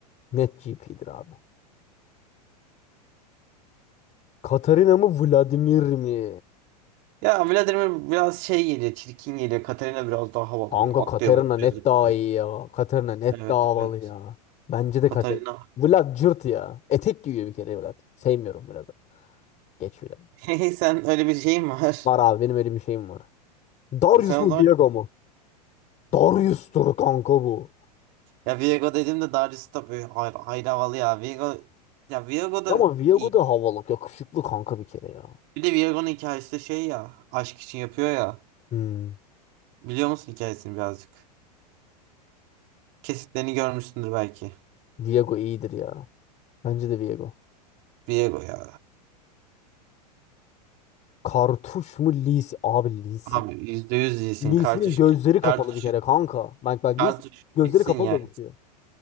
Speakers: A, on the left; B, on the right.
A: Net GP'dir abi. Katarina mı Vladimir mi?
B: Ya Vladimir biraz şey geliyor, çirkin geliyor. Katarina biraz daha havalı
A: Kanka
B: böyle atlıyor
A: Katarina
B: atlıyor
A: net
B: zıplıyor.
A: daha iyi ya. Katarina net
B: Evet
A: daha havalı
B: evet.
A: ya. Bence de
B: Katarina.
A: Katarina. Vlad
B: <laughs>
A: cırt ya. Etek giyiyor bir kere Vlad. Sevmiyorum Vlad'ı. Geç Vlad'ı.
B: Hey sen öyle bir şeyin var.
A: Var abi benim öyle bir şeyim var. Darius
B: Sen o
A: mu
B: zaman
A: Viego mu? Darius'tur kanka bu.
B: ya Viego dedim de Darius tabii böyle ayrı, ayrı havalı ya. Viego ya Viego da
A: Ama Viego
B: iyi.
A: da havalı. Yakışıklı kanka bir kere ya.
B: Bir de Viego'nun hikayesi de şey ya aşk için yapıyor ya.
A: Hmm.
B: Biliyor musun hikayesini birazcık? Kesitlerini görmüşsündür belki.
A: Viego iyidir ya. Bence de Viego.
B: Viego ya.
A: Kartuş mu Lis? Abi Lis'in.
B: Abi %100 iyisin.
A: Lis'in
B: Kartuş,
A: gözleri kapalı
B: kartuş,
A: bir kere kanka. Bak bak
B: kartuş
A: Lis gözleri
B: bitsin
A: kapalı
B: yani.
A: dövüşüyor.